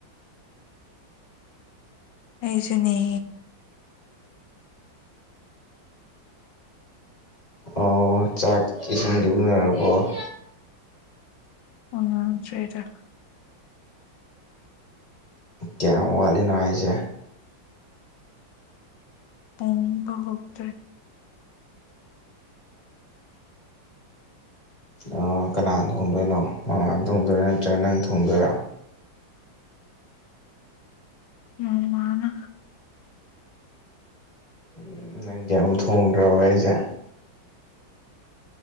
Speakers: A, on the left (about 75°); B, on the left (about 25°).
A: ꯑꯩꯁꯨꯅꯦ
B: ꯑꯣ ꯆꯥꯛ ꯏꯁꯤꯡꯗꯤ ꯎꯅꯔꯕꯣ <inaudible>
A: ꯎꯅꯗ꯭ꯔꯤꯗ
B: ꯀꯌꯥꯝ ꯋꯥꯠꯂꯤꯅꯣ ꯍꯥꯏꯁꯦ
A: ꯊꯣꯡꯕ ꯍꯧꯗ꯭ꯔꯤ
B: ꯑꯥ ꯀꯅꯥꯅ ꯊꯣꯡꯗꯣꯏꯅꯣ ꯃꯃꯥꯅ ꯊꯣꯡꯗꯣꯏꯔ ꯅꯠꯇ꯭ꯔꯒ ꯅꯪ ꯊꯣꯡꯗꯣꯏꯔ
A: ꯃꯃꯥꯅ
B: ꯎꯝ ꯅꯪꯗꯤ ꯌꯥꯝ ꯊꯣꯡꯗ꯭ꯔꯕ ꯍꯥꯏꯖꯦ